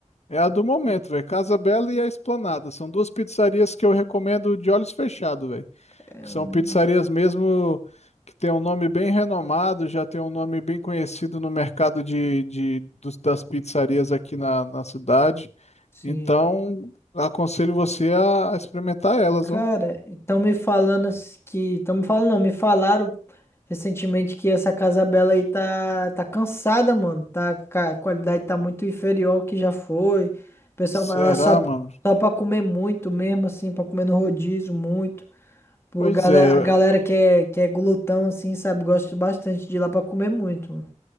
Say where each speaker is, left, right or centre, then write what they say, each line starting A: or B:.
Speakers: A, on the left (about 60°); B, on the left (about 20°).
A: É a do momento, velho. Casa Bela e a Esplanada. São duas pizzarias que eu recomendo de olhos fechados, velho.
B: É,
A: Que
B: hum,
A: são pizzarias mesmo que tem um nome bem renomado, já tem um nome bem conhecido no mercado de, de- dos- das pizzarias aqui na, na cidade.
B: Sim.
A: Então, aconselho você a, a experimentar elas,
B: Cara,
A: ó.
B: estão me falando s- que. Estão me falando, não, me falaram recentemente que essa Casa Bela aí tá, tá cansada, mano. Tá, ca- a qualidade tá muito inferior ao que já foi. O pessoal
A: Será,
B: vai lá só,
A: mano?
B: só pra comer muito mesmo, assim, pra comer no rodízio muito. Pô,
A: Pois
B: A galera,
A: é,
B: a galera que é, que é glutão, assim, sabe, gosta bastante de ir lá pra comer muito, mano.